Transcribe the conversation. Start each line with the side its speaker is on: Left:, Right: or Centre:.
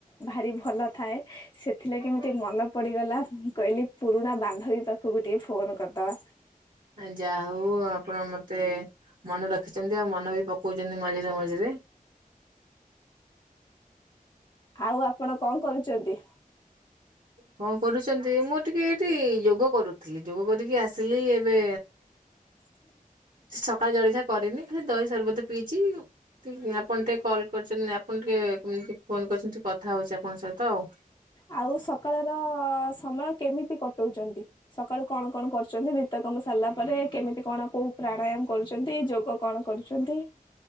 Left: ଭାରି ଭଲ ଥାଏ। ସେଥିଲାଗି ମୁଁ ଟିକେ ମନ ପଡିଗଲା। ମୁଁ କହିଲି ପୁରୁଣା ବାନ୍ଧବୀ ପାଖକୁ ଟିକେ ଫୋନ କରିଦବା।
Right: ଆ ଯାହା ହଉ ଆପଣ ମତେ ମନେ ରଖିଛନ୍ତି ଆଉ ମନ ବି ପ କୋଉଛନ୍ତିି ମଝିରେ ମଝିରେ।
Left: ଆଉ ଆପଣ କଣ କରୁଛନ୍ତି?
Right: କଣ କରୁଛନ୍ତି, ମୁଁ ଟିକେ ଏଇଠି ଯୋଗ କରୁଥିଲି ଯୋଗ କରିକି ଆସିଲି ଏବେ।
Left: <inaudible>
Right: ସେ ସକାଳ ଜଳିଖିଆ କରିନି ଖାଲି ଦହି ସର୍ବତ ପିଇଛି। ତି ଆପଣ ଟିକେ କଲ୍ କରିଛନ୍ତି। ଆପଣ ଟିକେ ଏମିତି ଫୋନ କରିଛନ୍ତି ଟ କଥା ହଉଛି ଆପଣଙ୍କ ସହିତ ଆଉ।
Left: ଆଉ ସକାଳର ସମୟ କେମିତି କଟଉଛନ୍ତି? ସକାଳୁ କଣ କଣ କରୁଛନ୍ତି, ନିତ୍ୟକର୍ମ ସାରିଲା ପରେ କେମିତି କଣ କୋଉ ପ୍ରାଣାୟାମ କରୁଛନ୍ତି ଯୋଗ କଣ କରୁଛନ୍ତି?